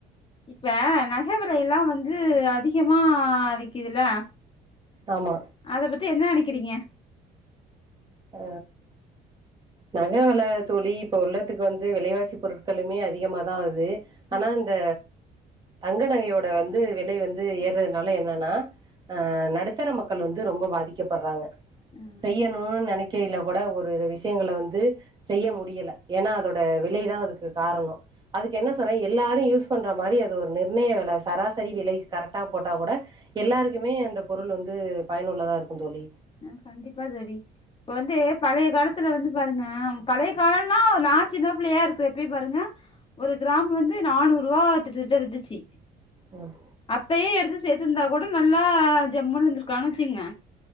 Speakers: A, on the left (about 30°); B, on the right (about 25°).
A: இப்ப நகை விலையஎல்லாம் வந்து அதிகமா விக்குதுல
B: ஆமா
A: அத பத்தி என்ன நினைக்கிறீங்க
B: ஆ நக வள தோழி இப்ப உள்ளதுக்கு வந்து விலைவாசி பொருட்களுமே அதிகமாதான் வருது
A: ஆ
B: ஆனா இந்த தங்கநகையோட வந்து விலை வந்து ஏறறதுனால என்னன்னா ஆ நடுத்தர மக்கள் வந்து ரொம்ப பாதிக்கப்பற்றாங்க
A: ஆ
B: செய்யணு நெணிக்கையில கூட ஒரு விஷயங்கள வந்து செய்ய முடியல ஏன்னா அதோட விலைதா அதுக்கு காரணோ அதுக்கு என்ன சொல்றே எல்லாரு யூஸ் பண்ற மாரி அது ஒரு நிர்ணய வில சராசரி விலை கரெக்டா போட்டா கூட எல்லாருக்குமே அந்த பொருள் வந்து பயனுள்ளதா இருக்கு தோழி
A: ஆ கண்டிப்பா தோழி இப்ப வந்து பழைய காலத்துல வந்து பாருங்க பழைய காலம்னா நா சின்ன பிள்ளையா இருக்குறப்பயே பாருங்க ஒரு கிராம் வந்து நானூறு ரூவா கிட்டத்தட்ட இருந்துச்சு
B: ம்
A: அப்பயே எடுத்து சேர்த்துருந்தா கூட நல்லா ஜம்முன் இருந்திருக்கலான் வச்சுங்க